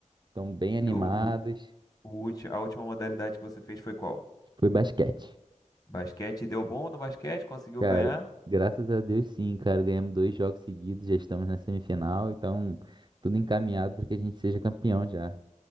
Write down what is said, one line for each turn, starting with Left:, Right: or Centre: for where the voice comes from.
Right: Estão bem animados.
Left: E o, o, o ulti- a última modalidade que você fez foi qual?
Right: Foi basquete.
Left: Basquete deu bom no basquete, conseguiu
Right: Cara,
Left: ganhar.
Right: graças a Deus sim, cara. Ganhamos dois jogos seguidos, já estamos na semifinal, então tudo encaminhado para que a gente seja campeão já.